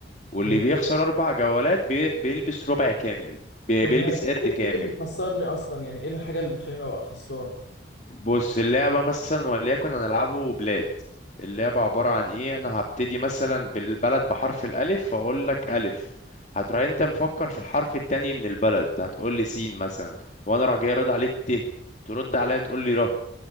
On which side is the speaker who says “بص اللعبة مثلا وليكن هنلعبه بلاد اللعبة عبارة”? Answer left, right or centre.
Left